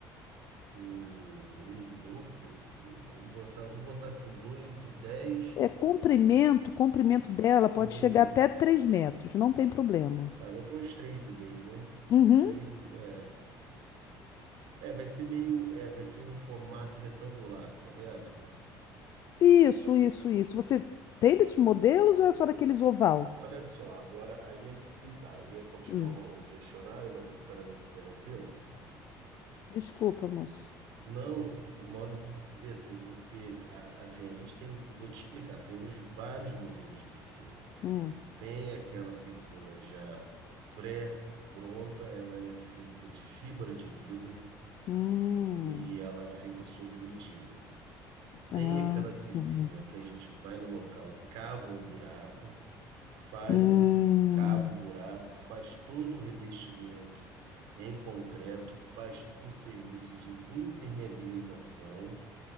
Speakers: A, on the right (about 80°); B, on the left (about 40°).
A: por um e pouco. Vamos botar, vou botar assim, dois e dez
B: É comprimento, o comprimento dela pode
A: comprimento.
B: chegar até 3 metros, não tem problema.
A: Tá, botou uns três e meio, né?
B: Uhum.
A: Três, é. É, vai ser meio, é, vai ser um formato retangular, correto?
B: Isso, isso, isso. Você tem desses modelos ou é só daqueles oval?
A: Olha só, agora aí é que tá. Eu ia continuar
B: Hum.
A: no o questionário, mas a senhora me interrompeu.
B: Desculpa, moço.
A: Não, modo de dizer assim, porque a- assim, a gente tem, vou te explicar, temos vários modelos de piscina.
B: Hum.
A: Tem aquela piscina já pré-pronta, ela é feita de fibra de vidro
B: Hum.
A: e ela é feita sob medida.
B: Ah,
A: Tem aquela
B: sim.
A: piscina que a gente vai no local e cava o buraco. faz
B: Hum.
A: o cava o buraco, faz todo o revestimento em concreto, faz um serviço de impermeabilização,